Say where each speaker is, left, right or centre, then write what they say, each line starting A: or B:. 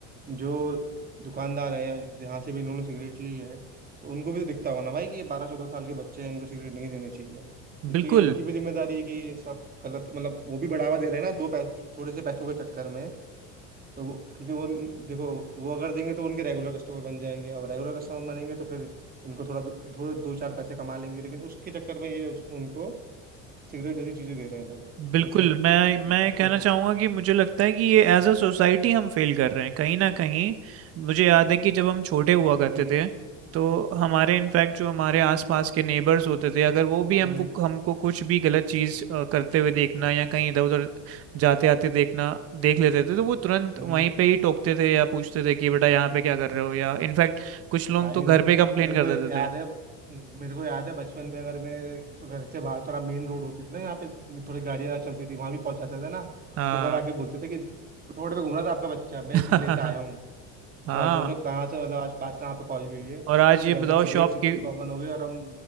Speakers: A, on the right; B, on the right.
A: जो दुकानदार है या जहाँ से भी इन्होंने सिगरेट ली है तो उनको भी तो दिखता होगा ना भाई कि ये बारह चौदह साल के बच्चे हैं इनको सिगरेट नहीं देने चाहिए एक
B: बिल्कुल
A: तो ये उनकी भी जिम्मेदारी है कि ये सब गलत मतलब वो भी बढ़ावा दे रहे हैं ना दो पैसे कुछ थोड़े से पैसों के चक्कर में तो वो क्योंकि वो उन- देखो वो अगर देंगे तो उनके रेगुलर कस्टमर बन जाएंगे और रेगुलर कस्टमर बनेंगे तो फिर इनको थोड़ा दो, थोड़े दो चार पैसे कमा लेंगे लेकिन उसके चक्कर में ये उस, उनको सिगरेट जैसी चीजें दे रहे हैं भाई
B: बिल्कुल
A: सोचो
B: मैं मैं
A: बच्चों
B: ये कहना
A: को
B: चाहूंगा कि मुझे लगता है कि ये एज अ सोसाइटी हम फेल कर रहे हैं कहीं ना कहीं मुझे याद है कि जब हम छोटे हुआ करते
A: हम्म
B: थे तो हमारे इनफैक्ट जो हमारे आसपास के नेबर्स होते थे अगर वो भी हमको
A: हम्म
B: हमको कुछ भी गलत चीज करते हुए देखना या कहीं इधर उधर जाते आते देखना देख लेते थे तो वो तुरंत
A: हम्म
B: वहीं पे ही टोकते थे या पूछते थे कि बेटा यहाँ पे क्या कर रहे हो या इनफैक्ट कुछ लोग
A: भाई
B: तो घर
A: मेरे
B: पे कंप्लेन कर
A: को याद
B: देते थे
A: है मेरे को याद है बचपन में अगर मैं तो घर से बाहर थोड़ा मेन रोड होती थी ना यहाँ पे थोड़ी गाड़ियाँ चलती थी वहां भी पहुंच जाते थे ना
B: हाँ
A: तो घर आके बोलते थे कि रोड पे घूम रहा था आपका बच्चा मैं
B: <laughs>
A: लेके आया हूँ
B: हाँ
A: तो भाई सोचो कहाँ से मतलब आज बात कहाँ पे पहुंच गई है
B: और आज ये
A: कि आजकल
B: बताओ
A: सिगरेट्स
B: शॉप
A: इतनी
B: की
A: कॉमन हो गई और हम